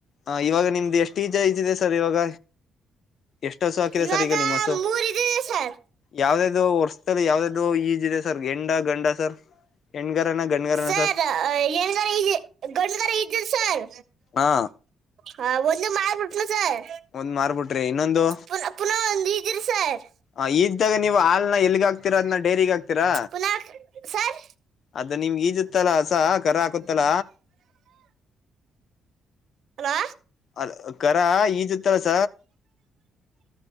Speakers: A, on the left; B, on the right.
A: ಹ ಇವಾಗ ನಿಮ್ದು ಎಷ್ಟ ಈಜ ಐದದೇ ಸ್ ಸರ್ ಇವಾಗ. ಎಷ್ಟು ಹಸು ಹಾಕಿದೆ
B: ಇವಾಗ
A: ಸರ್ ಈಗ ನಿಮ್ಮ ಹಸು
B: ಮೂರ್ ಇದ್ದಿದೆ ಸರ್,
A: ಯಾವ್ದ್ಯಾವ್ದು ವರ್ಷದಲ್ಲಿ ಯಾವ್ದ್ಯಾವ್ದು ಈಜಿದೆ ಸರ್ ಹೆಂಡ ಗಂಡ ಸರ್ ಹೆಣ್ಗರನ ಗಂಡ್ಗರನ
B: ಸರ್ ಹೆಣ್ಗಾರ ಇದಿ ಗಂಡ್ಗಾರ ಇದ್ದದ್ ಸರ್.
A: ಹಾ
B: ಹಾ ಓತ್ ಇನ್ನು ಮಾರ್ಬುಟ್ನು ಸರ್.
A: ಒಂದ್ ಮಾರ್ಬಿಟ್ರಿ ಇನ್ನೊಂದು.
B: ಪುನಃ ಪುನಃ ಒಂದು ಇದ್ರಿ ಸರ್
A: ಆ ಈದ್ದಾಗ ನೀವು ಹಾಲ್ನ ಎಲ್ಗ ಹಾಕ್ತೀರಾ ಅದನ್ನ ಡೈರಿಗ್ ಹಾಕ್ತೀರಾ
B: ಪುನಃ ಸರ್
A: ಅದ್ ನಿಮ್ಗೆ ಈಜತ್ತಲ ಹಸ ಕರ ಹಾಕುತ್ತಲ.
B: ಹಲೋ
A: ಅದ ಕರ ಈಜತ್ತಸ.